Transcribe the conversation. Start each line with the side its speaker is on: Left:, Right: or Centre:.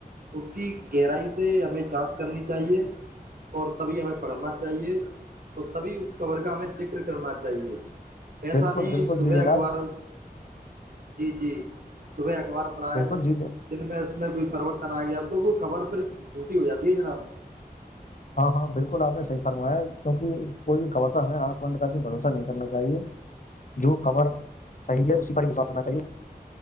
Right: اس کی گہرائی سے ہمیں جانچ کرنی چاہیے اور تبھی ہمیں پڑھنا چاہیے تو تبھی اس کبر کا ہمیں ذکر کرنا چاہیے ایسا
Left: بالکل
Right: نہیں
Left: بالکل
Right: صبح
Left: جی جناب
Right: اخبار جی جی صبح اخبار پڑھا
Left: بالکل
Right: ہے
Left: جی جناب،
Right: دن میں اس میں کوئی پرورتن آ گیا تو وہ خبر پھر جھوٹی ہو جاتی ہے جناب
Left: ہاں ہاں بالکل آپ نے صحی فرمایا کیوں کہ کوئی بھی خبر پر ہمیں آکھند کی بھروسہ نہیں کرنا چاہیے جو خبر صحیح ہے اسی پروات کرنا چاہیے